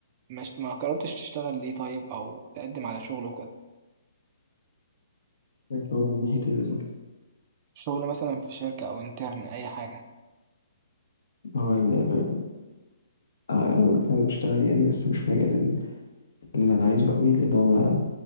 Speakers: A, on the right (about 30°); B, on the left (about 80°).
A: مش ما جربتش تشتغل ليه طيب أو تقدم على شغل وكده
B: شغل من ناحيتي بالظبط
A: شغل مثلا في شركة أو انترن أي حاجة
B: ما هو ال- آه، انا بالفعل بشتغل يعني بس مش في مجال ال- اللي انا عايزه قوي لان هو ما-